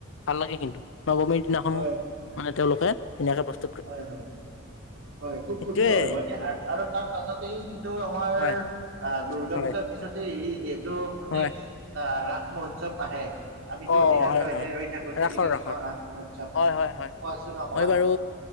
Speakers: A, on the left; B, on the right.
A: ভাল লাগে কিন্তু, নৱমীৰ দিনাখনো
B: হয়
A: মানে তেওঁলোকে ধুনীয়াকে বস্তু
B: হয়, হয়, হয় খুব
A: সেইটোয়ে
B: সুন্দৰ, মানে আৰু তাৰ পাছত তেই কিন্তু আমাৰ
A: হয়
B: আহ দুৰ্গা
A: হয়
B: পূজাৰ পিছতে হৰি যিহেতু মানে
A: হয়
B: ৰাস মহোৎসৱ আহে। আমিতো
A: অ
B: অধিন আগ্ৰহেৰে
A: হয় হয়
B: ৰৈ থাকো, শ্ৰীকৃষ্ণ
A: ৰাসৰ ৰাসৰ
B: ৰাস মহোৎসৱ,
A: হয় হয় হয়
B: কোৱাচোন অকমান?
A: মই বাৰু